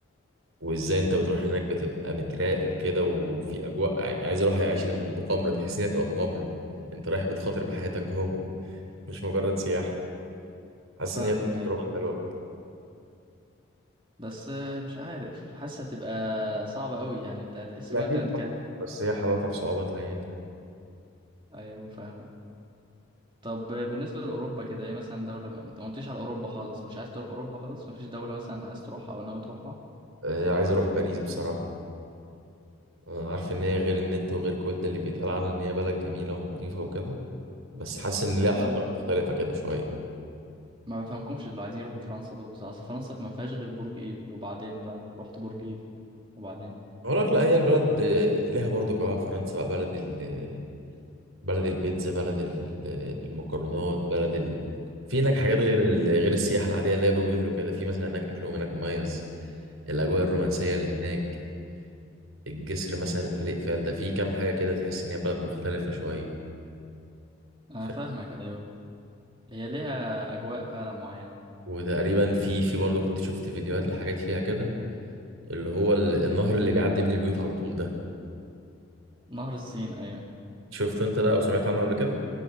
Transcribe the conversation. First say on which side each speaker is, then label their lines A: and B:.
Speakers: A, on the right (about 80°); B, on the right (about 25°).
A: وازاي انت بتروح هناك بتبقى متراقب كده وفي اجواء يعني عايز اروح اعيش المغامرة دي حاسس ان هي تبقى مغامرة انت رايح بتخاطر بحياتك جوه مش مجرد سياحة حاسس
B: فاهمك
A: ان هي
B: أيوة
A: تجربة حلوة
B: بس مش عارف حاسة هتبقى صعبة قوي يعني أنت هتحس
A: لا،
B: جوا
A: أكيد
B: أنت متكتل
A: صح بس هي حلاوتها في صعوبتها يعني
B: أيوة فاهمك طب بالنسبة لأوروبا كده ايه مثلا دولة ما انت ما قلتليش على أوروبا خالص مش عايز تروح أوروبا خالص مفيش دولة مثلا عايز تروحها أو ناوي تروحها
A: آه، عايز اروح باريس بصراحة آه، عارف ان هي غير النت وغير كل اللي بيتقال عنها ان هي بلد جميلة ونظيفة وكده بس حاسس ان ليها
B: أنا
A: حضارة مختلفة كده شوية
B: ما بفهمكمش اللي عايزين يروحوا فرنسا دول بصراحة أصل فرنسا ما فيهاش غير برج إيفل وبعدين بقى رحت برج إيفل وبعدين
A: اقول لك لا هي البلد آه، ليها برضو جواها فرنسا بقى بلد ال بلد البيتزا بلد ال- المكرونات بلد ال... في هناك حاجات غير ال... غير السياحة العادية اللي هي برج ايفل وكده في مثلا هناك اكلهم هناك مميز الاجواء الرومانسية اللي هناك الجسر مثلا اللي عليه اقفال ده في كام حاجة كده تحس ان هي بلد مختلفة شوية
B: أنا
A: ف...
B: فاهمك أيوه هي ليها أجواء فعلا معينة
A: وتقريبا في في برضه كنت شفت فيديوهات لحاجات فيها كده اللي هو ال- النهر اللي بيعدي بين البيوت على طول ده
B: نهر السين أيوه
A: شفت انت ده او سمعت عنه قبل كده